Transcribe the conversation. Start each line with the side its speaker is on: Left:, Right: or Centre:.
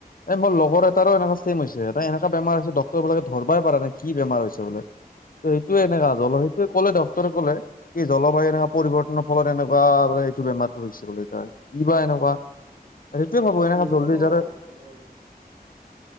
Left: এই মোৰ লগৰ এটাৰো এনেকা চেইম হৈছে এটা এনেকা বেমাৰ হৈছে ডক্তৰ বিলাকে ধৰিবই পৰা নাই কি বেমাৰ হৈছে ত বোলে ত এইটোয়ে এনেকা
Right: উম
Left: জল সেইটোয়ে ক'লে দক কলে এই জলবায়ু এনেকোৱা পৰিৱৰ্তনৰ ফলত এনেকোৱা এইটো বেমাৰটো হৈছে বুলিলে কিবা এনেকোৱা কোৱা সেইটোয়ে ভাবো
Right: এই
Left: এনেকাে
Right: পৰিৱেশৰ
Left: জল্দি
Right: কাৰণে
Left: যাতে-
Right: উম